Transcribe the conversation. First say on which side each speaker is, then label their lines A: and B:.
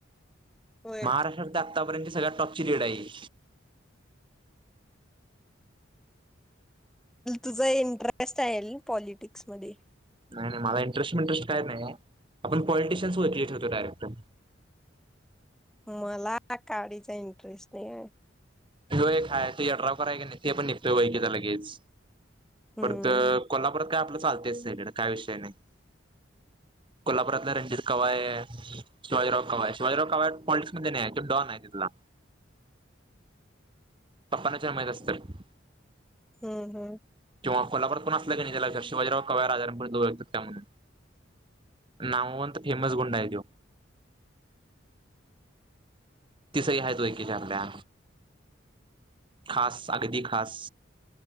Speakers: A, in the centre; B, on the right (about 25°).
A: होय
B: महाराष्ट्रात आतापर्यंत सगळ्या टॉप लीड आहे
A: तुझं इंटरेस्ट आहे पॉलिटिक्स. समध्ये
B: नाही नाही मला इंटरेस्ट म इंटरेस्ट काय नाही आपण पॉलिटिशयनस वतले ठेवतो डायरेक्टर
A: मला काडीचा इंटरेस्ट नाही आहे.
B: हो एक काय तो यड्राव कय की नाही ते पण निघतोय वैकीचा लगेच...
A: हम्म
B: परत कोल्हापुरात काय आपलं चालते काय विषय नाही कोल्हापुरातले रणजित कवाय शिवाजीराव कवाय शिवाजीराव कवाय पॉलिटिक्स मध्ये नाही आहे तो डॉन आहे तिथला.. पप्पा ना विचार माहित असेल त्यांना...
A: हम्म हम्म
B: किंवा कोल्हापूर कोण असला की नाही त्याात शिवाजीराव कव आजारांपर्यंतोतात त्या म्हून नामवंत फेमस गुंडा आहे तो.. तिसही आहे तो एकीच्याकल्या खास अगदी खास